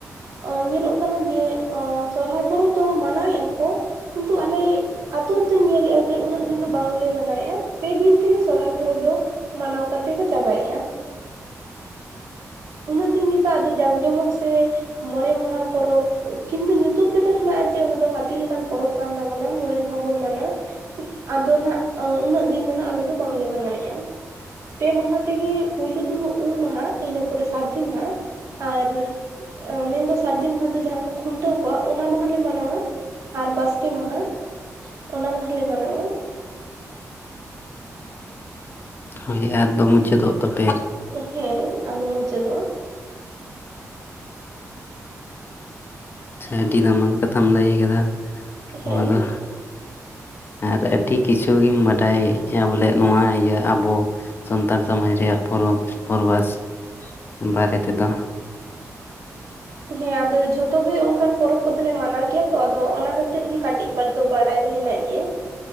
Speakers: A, on the right; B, on the left.
A: ᱚ ᱧᱮᱞᱚᱜ ᱠᱟᱱᱟ ᱡᱮ ᱚ ᱥᱚᱨᱦᱟᱭ ᱯᱚᱨᱚᱵᱽ ᱫᱚ ᱢᱟᱱᱟᱣᱮᱜ-ᱟ ᱠᱚ ᱠᱤᱱᱛᱩ ᱟᱞᱮ ᱟᱛᱳ ᱟᱛᱳ ᱧᱮᱞᱮᱜ-ᱟ ᱡᱮ ᱩᱱᱟᱹᱜ ᱫᱤᱱ ᱫᱚ ᱵᱟᱝᱞᱮ ᱢᱟᱱᱟᱣᱮᱜ-ᱟ᱾ ᱯᱮ ᱫᱤᱱ ᱛᱮᱜᱮ ᱥᱚᱨᱦᱟᱭ ᱯᱚᱨᱚᱵᱽ ᱫᱚ ᱢᱟᱱᱟᱣ ᱠᱟᱛᱮ ᱠᱚ ᱪᱟᱵᱟᱭᱮᱜ-ᱟ᱾ ᱩᱱᱟᱹᱜ ᱫᱤᱱ ᱞᱮᱠᱟ ᱟᱫᱚ ᱡᱟᱠ ᱡᱚᱢᱚᱠ ᱥᱮ ᱢᱚᱬᱮ ᱢᱟᱦᱟ ᱯᱚᱨᱚᱵᱽ ᱠᱤᱱᱛᱩ ᱧᱩᱛᱩᱢ ᱨᱮᱫᱚ ᱦᱮᱱᱟᱜ-ᱟ ᱡᱮ ᱚᱱᱟ ᱫᱚ ᱦᱟᱛᱤ ᱞᱮᱠᱟᱱ ᱯᱚᱨᱚᱵᱽ ᱠᱟᱱ ᱛᱟᱵᱚᱱᱟ ᱢᱚᱬᱮ ᱢᱟᱦᱟ ᱵᱚᱱ ᱢᱟᱱᱟᱣᱟ᱾ ᱟᱫᱚ ᱱᱟᱦᱟᱜ ᱩᱱᱟᱹᱜ ᱫᱤᱱ ᱫᱚ ᱱᱟᱜ ᱟᱞᱮ ᱫᱚ ᱵᱟᱝᱞᱮ ᱢᱟᱱᱟᱣᱮᱜ-ᱟ᱾ ᱯᱮ ᱢᱟᱦᱟ ᱛᱮᱜᱮ ᱯᱩᱭᱞᱩ ᱫᱩ ᱩ ᱩᱢ ᱢᱟᱦᱟ ᱤᱱᱟᱹ ᱯᱚᱨᱮ ᱥᱟᱨᱫᱤ ᱢᱟᱦᱟ ᱟᱨ ᱢᱮᱱᱫᱚ ᱥᱟᱨᱫᱤ ᱢᱟᱦᱟ ᱫᱚ ᱡᱟᱦᱟᱸ ᱠᱷᱩᱱ ᱴᱟᱹᱣ ᱠᱚᱣᱟ ᱚᱱᱟ ᱢᱟᱦᱟᱞᱮ ᱢᱟᱱᱟᱣᱟ ᱟᱨ ᱵᱟᱥᱠᱮ ᱢᱟᱦᱟ ᱚᱱᱟ ᱢᱟᱦᱟᱞᱮ ᱢᱟᱱᱟᱣᱟ᱾
B: ᱦᱳᱭ ᱟᱨ ᱫᱚ ᱢᱩᱪᱟᱹᱫᱚᱜ ᱛᱟᱯᱮᱭᱟ᱾
A: ᱚ ᱦᱮᱸ ᱟᱫᱚ ᱢᱩᱪᱟᱹᱫᱚᱜ-ᱟ᱾
B: ᱟᱹᱰᱤ ᱫᱟᱢᱟᱱ ᱠᱟᱛᱷᱟᱢ ᱞᱟᱹᱭ ᱠᱟᱫᱟ ᱱᱚᱣᱟ
A: ᱦᱮᱸ
B: ᱫᱚ᱾ ᱟᱨ ᱟᱹᱰᱤ ᱠᱤᱪᱷᱩ ᱜᱤᱢ ᱵᱟᱰᱟᱭᱟ ᱵᱚᱞᱮ ᱱᱚᱣᱟ ᱤᱭᱟᱹ ᱟᱵᱚ ᱥᱟᱱᱛᱟᱞ ᱥᱚᱢᱟᱡᱽ ᱨᱮᱭᱟᱜ ᱯᱚᱨᱚᱵᱽ ᱯᱚᱨᱵᱷᱟᱥ ᱵᱟᱨᱮ ᱛᱮᱫᱚ᱾
A: ᱦᱮᱸ, ᱟᱫᱚ ᱡᱷᱚᱛᱚ ᱜᱮ ᱚᱱᱠᱟᱱ ᱯᱚᱨᱚᱵᱽ ᱠᱚᱫᱚᱞᱮ ᱢᱟᱱᱟᱣ ᱜᱮᱭᱟ ᱛᱚ, ᱟᱫᱚ ᱚᱱᱟᱛ ᱛᱤᱨ ᱜᱮ ᱠᱟᱹᱴᱤᱡ ᱵᱟᱨ ᱫᱚ ᱵᱟᱰᱟᱭ ᱫᱚ ᱦᱮᱱᱟᱜ ᱜᱮᱭᱟ᱾